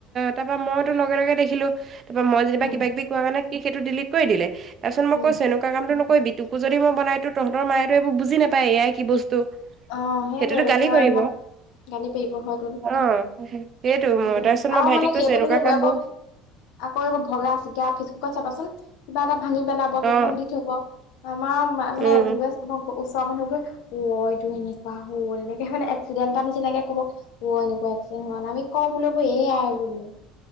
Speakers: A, on the right; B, on the left.
A: তাৰপা মইতো লগে লগে দেখিলো। তাৰপ মই যেনিব
B: উম,
A: কিবািব কোৱা কাৰনে সি সেইটো ডিলিট কৰি দিলে, তাৰপাচত মই
B: উম,
A: কৈছো এনেকুৱ কামটো কই টোকো যদি মই বনাই দিওঁ তহঁতৰ মায়েতো এইোৰ বুজি নাপায় এয়াই কি বস্তু ত'সেইটোতো
B: অ', সেইটোৱেটো
A: গালি
B: সিহঁত
A: পাৰিব।
B: ভাব গালি পাৰিব হয় টোন। সেইটোয়
A: অ', সেইটো মই তাৰপিছত মই
B: আৰু
A: ভাইটিক
B: মানে
A: কৈছোঁ
B: সেইবতো
A: এনেকুৱা
B: সেইবোৱে
A: কামবোৰ
B: আকৌ আকৌ এইবোৰ ভগা চিগা ফেচবুকত চাবাচোন কিবা এটা ভানি পেলাব
A: অ',
B: সেইখন দি থব আমাৰ মানে
A: উম,
B: যিবোৰে ওচৰৰ মানুহবোৰে <unintelligible> ত এনেকুৱা হ'ল এনেকে মানে্ এক্সিডেণ্টত নিচিনাকে কব এনেকুৱা এক্সিডেণ্ হোৱা নাই আমি কওঁ বো ক এই এ আই বোলো